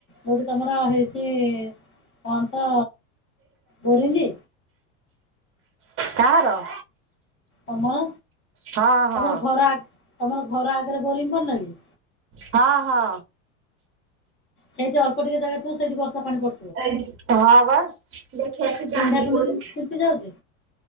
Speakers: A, on the left; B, on the right.
A: ଯୋଉଠି ତମର ହେଇଛି କଣ ତ ବୋରିଙ୍ଗି?
B: କାହାର?
A: ତମର
B: ହଁ ହଁ
A: ତମର ଘର ଆଗ ତମର ଘର ଆଗରେ ବୋରିଙ୍ଗ କରି ନ କି?
B: ହଁ ହଁ।
A: ସେଇଠି ଅଳ୍ପ ଟିକେ ଜାଗା ତ ସେଠି ବର୍ଷା ପାଣି ପ
B: ଏଇଠି ହଁ ବା ଦେଖିବାକୁ ଯାଆନ୍ତି
A: ପିଣ୍ଡା ପିଣ୍ଡି
B: କୋଉଠି?
A: ତିନ୍ତି ଯାଉଛି।